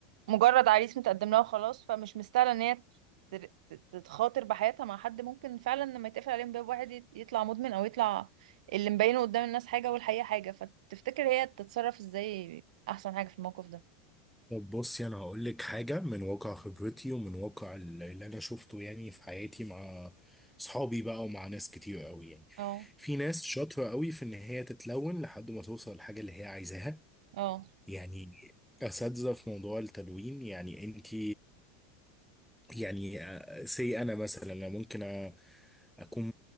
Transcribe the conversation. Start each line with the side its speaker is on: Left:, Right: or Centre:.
Right: مجرد عريس متقدم لها وخلاص فمش مستاهله ان هي تر- ت- تتخاطر بحياتها مع حد ممكن فعلا لما يتقفل عليهم باب واحد يت- يطلع مدمن او يطلع اللي مبينه قدام الناس حاجه والحقيقه حاجه فتفتكر هي تتصرف ازاي احسن حاجه في الموقف ده
Centre: طب بصي انا هقول لك حاجة من واقع خبرتي ومن واقع ال- اللي انا شفته يعني في حياتي مع صحابي بقى ومع ناس كتير قوي يعني
Right: اه
Centre: في ناس شاطرة قوي في ان هي تتلون لحد ما توصل للحاجة اللي هي عايزاها
Right: اه
Centre: يعني اساتذه في موضوع التدوين يعني انت يعني آه، سي انا مثلا أنا ممكن أ- اكون